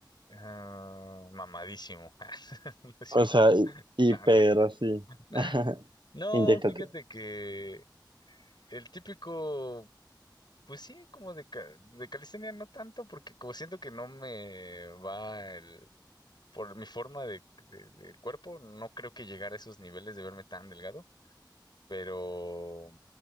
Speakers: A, on the left (about 65°); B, on the right (about 75°).
A: ah, mamadísimo. <laughs> No es cierto.
B: O sea, hi- hiper
A: Nada,
B: así.
A: nada.
B: <laughs>
A: No,
B: Inyéctate.
A: fíjate que el típico Pues sí, como de, ca- de calistenia no tanto, porque como siento que no me va el, por mi forma de, de- de cuerpo, no creo que llegar a esos niveles de verme tan delgado, pero